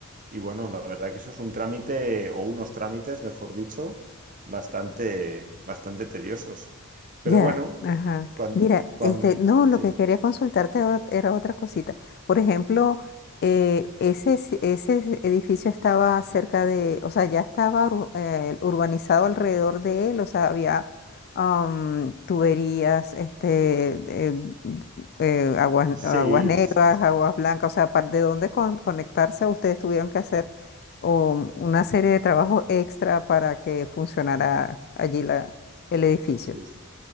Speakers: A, on the right; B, on the left.
A: Y bueno, la verdad que eso es un trámite, o unos trámites, mejor dicho, bastante, bastante tediosos. Pero
B: Ya,
A: bueno,
B: ajá.
A: cuando,
B: Mira, este, no, lo
A: sí,
B: que quería consultarte o- era otra cosita. Por ejemplo, eh, ese, s- ese s- edificio estaba cerca de, o sea, ya estaba ur- eh, urbanizado alrededor de él, o sea, había am, tuberías, este, eh, eh, aguas,
A: sí,
B: aguas negras,
A: s- s-
B: aguas blancas, o sea, par- de dónde con- conectarse, ustedes tuvieron que hacer o una serie de trabajos extra para que funcionara
A: mm,
B: allí la, el edificio.
A: sí, sí.